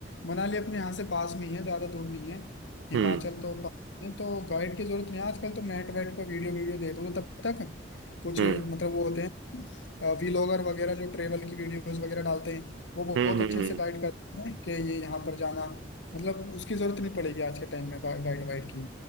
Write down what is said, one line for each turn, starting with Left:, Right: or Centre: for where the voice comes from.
Left: मनाली अपने यहाँ से पास में ही है ज्यादा दूर नहीं है हिमाचल
Right: हम्म
Left: तो पास में है, तो गाइड की जरूरत नहीं है आजकल तो नेट वेट पर वीडियो वीडियो देख लो तब तक कुछ
Right: हम्म
Left: मतलब वो होते हैं व्लॉगर वगैरह जो ट्रेवल की वीडियोस वगैरह डालते हैं वो बहुत
Right: हम्म हम्म
Left: अच्छे
Right: हम्म।
Left: से गाइड करते हैं कि ये यहाँ पर जाना मतलब उसकी जरूरत नहीं पड़ेगी आज के टाइम में गा, गाइड वाइड की